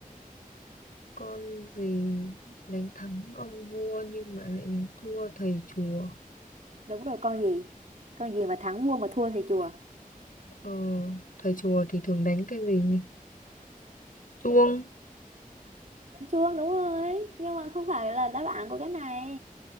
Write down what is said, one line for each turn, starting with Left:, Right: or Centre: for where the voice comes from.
Left: con gì đánh thắng ông vua nhưng mà lại thua thầy chùa
Right: đúng rồi con gì con gì mà thắng vua mà thua thầy chùa
Left: ờ thầy chùa thì thường đánh cái gì nhỉ chuông
Right: chuông đúng rồi nhưng mà không phải là đáp án của cái này